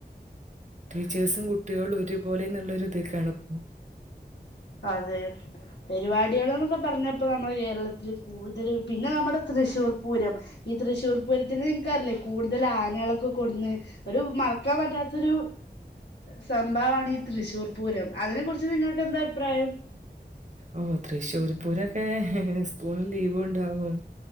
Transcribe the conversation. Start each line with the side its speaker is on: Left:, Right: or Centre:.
Right: ടീച്ചേഴ്സും കുട്ടികളും ഒരുപോലെ നല്ലൊരു ഇതൊക്കാണ്പ്പോൊ
Left: അതെ പരിപാടികൾ എന്നൊക്കെ പറഞ്ഞപ്പ നമ്മുടെ കേരളത്തില്ൽ കൂടുതൽ പിന്നെ നമ്മുടെ തൃശ്ശൂർ പൂരം ഈ തൃശ്ശൂർ പൂരത്തി നിക്കാറില്ലേ കൂടുതൽ ആനകളൊക്കെ കൊടുന്ന് ഒരു മറക്കാൻ പറ്റാത്തൊരു പഭാവാണ് ഈ തൃശൂർ പൂരം അതിനെ കുുറിച്ച് നിങ്ങൾക്ക്െന്താ അഭിപ്രായം
Right: ഓ തൃശ്ശൂർ പൂരൊക്കെ സ്കൂളിൽ ലീവ ഉണ്ടാാവും